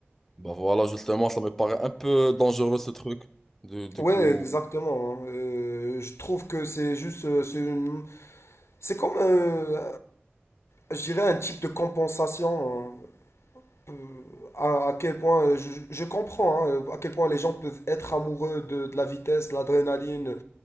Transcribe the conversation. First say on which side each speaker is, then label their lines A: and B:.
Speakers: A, in the centre; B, on the left.
A: Bah voilà, justement, ça me paraît un peu dangereux ce truc. Du, du
B: Ouais,
A: coup,
B: exactement. hein. Euh, je trouve que c'est juste. euh, C'est une- c'est comme, euh, je dirais, un type de compensation. hein. Euh, À, à quel point. euh, Je, je comprends hein, à quel point les gens peuvent être amoureux de, de la vitesse, de l'adrénaline.